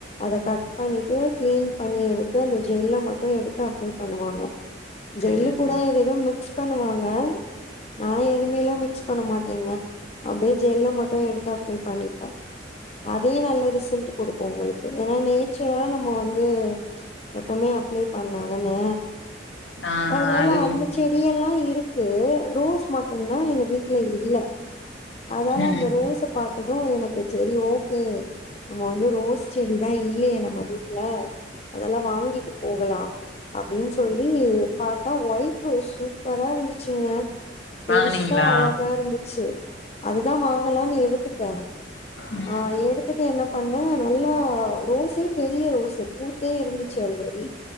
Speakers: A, on the left; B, on the left.
A: அத கட் பண்ணிட்டு கிளீன் பண்ணி எடு அந்த ஜெல்ல மட்டு எடுத்து அப்ளை பண்ணுவாங்க ஜெல்லு
B: ம்
A: கூட எதேதோ மிக்ஸ் பண்ணுவாங்க நா எதுமேல்லா மிக்ஸ் பண்ண மாட்டேங்க அப்டியே ஜெல்ல மட்டு எடுத்து அப்ளை பண்ணிப்பே அதே நல்ல ரிசல்ட் கொடுக்கு உங்களுக்கு ஏன்னா நேச்சுரலா நம்ம வந்து எப்பவுமே அப்ளை பண்ணு அதானே
B: ஆ
A: அதனால
B: அது
A: அந்த செ டியல்லா இருக்கு ரோஸ் மட்டுதா எங்க வீட்ல இல்ல அதால
B: ம்
A: அந்த ரோஸை பாத்தது எனக்கு சேரி ஓகே நம்ம வந்து ரோஸ் செடிதா இல்லயே நம்ம வீட்ல அதெல்லா வாங்கிட்டு போகலா அப்டினு சொல்லி பாத்தா ஒயிட் ரோஸ் சூப்பரா இருந்துச்சுங்க பெருசா
B: வாங்குனீங்களா
A: அழகா இருந்துச்சு அத தா வாங்கலான்னு எடுத்துட்டே
B: ம்
A: ஆ எடுத்துட்டு என்ன பண்ணே நல்லா ரோஸே பெரிய ரோஸ்ஸு பூ டயே இருந்துச்சு ஆல்ரெடி